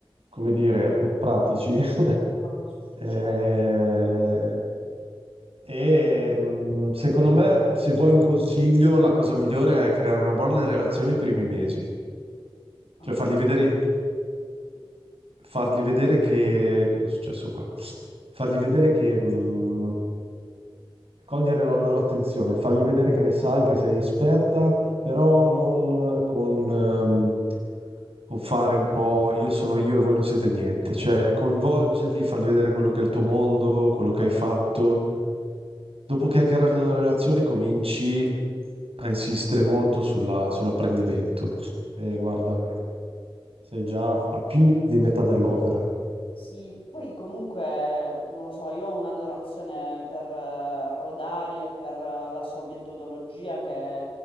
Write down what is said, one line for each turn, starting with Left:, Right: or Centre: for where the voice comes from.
Right: come dire, pratici. <laughs>
Left: autosufficiente.
Right: Eh, E, mh, secondo me, se vuoi un consiglio, la cosa migliore è creare una buona relazione i primi mesi,
Left: ok.
Right: cioè fargli vedere fargli vedere che... Cosa è successo qua? Fargli vedere che... mh, cogliere la loro attenzione, fargli vedere che ne sai, che sei esperta, però non con, ehm, con fare un po' io sono io e voi non siete niente. Cioè, coinvolgerli, fargli vedere quello che è il tuo mondo, quello che hai fatto. Dopo che hai creato una relazione, cominci a insistere molto sulla- sull'apprendimento. E guarda, sei già a più di metà dell'opera.
Left: Sì, poi comunque, non lo so, io ho un'adorazione per eh, Rodari e per eh, la sua metodologia che